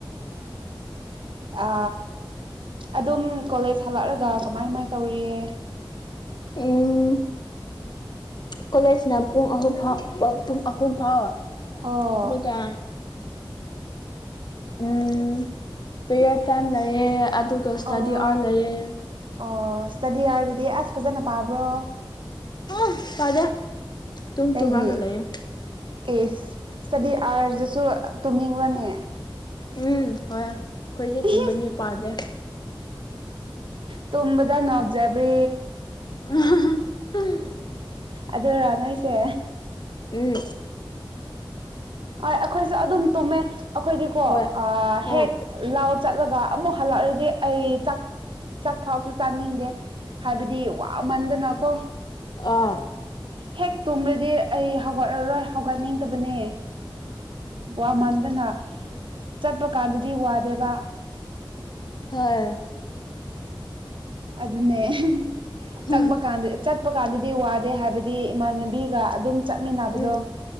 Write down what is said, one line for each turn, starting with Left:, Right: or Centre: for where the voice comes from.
Right: ꯑ ꯑꯗꯨꯝ ꯀꯣꯂꯦꯖ ꯍꯜꯂꯛꯔꯒ ꯀꯃꯥꯏ ꯀꯃꯥꯏꯟ ꯇꯧꯔꯤꯌꯦ
Left: ꯎꯝ ꯀꯣꯂꯦꯖꯅ ꯄꯨꯡ ꯑꯍꯨꯝ ꯐꯥꯎ ꯑ ꯄꯨꯡ ꯑꯍꯨꯝ ꯐꯥꯎ
Right: ꯑꯣ
Left: ꯑꯗꯨꯒ ꯎꯝ ꯄꯤꯔꯠ ꯇꯥꯏꯝ ꯂꯩꯌꯦ ꯑꯗꯨꯒ ꯁ꯭ꯇꯥꯗꯤ
Right: ꯑꯣ
Left: ꯑꯋꯥꯔ ꯂꯩꯌꯦ
Right: ꯑꯣ ꯁ꯭ꯇꯥꯗꯤ ꯑꯋꯥꯔꯗꯗꯤ ꯑꯁ ꯐꯖꯅ ꯄꯥꯕ꯭ꯔꯣ
Left: ꯍꯨꯝ ꯄꯥꯗꯦ ꯇꯨꯝ
Right: ꯀꯩꯒꯤ
Left: ꯇꯨꯝꯔꯒ ꯂꯩꯌꯦ
Right: ꯑꯦꯁ ꯁ꯭ꯇꯥꯗꯤ ꯑꯥꯔꯁꯗꯁꯨ ꯇꯨꯝꯅꯤꯡꯕ꯭ꯔꯅꯦ
Left: ꯎꯝ ꯍꯣꯏ ꯑꯩꯈꯣꯏꯗꯤ ꯇꯨꯝꯕꯅꯤ
Right: ꯏꯁ
Left: ꯄꯥꯗꯦ
Right: ꯇꯨꯝꯕꯗ ꯉꯥꯎꯖꯕꯤ
Left: <unintelligible>
Right: ꯑꯗꯨꯔꯥ ꯅꯣꯏꯁꯦ
Left: ꯎꯝ
Right: ꯑꯣꯏ ꯑꯩꯈꯣꯏꯁꯨ ꯑꯗꯨꯝ ꯇꯨꯝꯃꯦ ꯑꯩꯈꯣꯏꯗꯤꯀꯣ
Left: ꯍꯣꯏ
Right: ꯑ ꯍꯦꯛ
Left: ꯑꯥ
Right: ꯂꯥꯎ ꯆꯠꯂꯒ ꯑꯃꯨꯛ ꯍꯜꯂꯛꯂꯗꯤ ꯑꯩ ꯆꯥꯛ ꯆꯥꯛ ꯐꯥꯎꯁꯨ ꯆꯥꯅꯤꯡꯗꯦ ꯍꯥꯏꯕꯗꯤ ꯋꯥꯃꯟꯗꯅꯀꯣ
Left: ꯑꯥ
Right: ꯍꯦꯛ ꯇꯨꯝꯔꯗꯤ ꯑꯩ ꯍꯧꯒꯠꯂꯔꯣꯏ ꯍꯧꯒꯠꯅꯤꯡꯗꯕꯅꯦ ꯋꯥꯃꯟꯗꯅ ꯆꯠꯄ ꯀꯥꯟꯗꯗꯤ ꯋꯥꯗꯦꯕ
Left: ꯍꯣꯏ
Right: ꯑꯗꯨꯅꯦ
Left: ꯍꯨꯝ
Right: ꯆꯠꯄ ꯀꯥꯟꯗ ꯆꯠ ꯆꯠꯄ ꯀꯥꯟꯗꯗꯤ ꯋꯥꯗꯦ ꯍꯥꯏꯕꯗꯤ ꯏꯃꯥꯟꯅꯕꯤꯒ ꯑꯗꯨꯝ ꯆꯠꯃꯤꯟꯅꯕꯗꯣ
Left: ꯎꯝ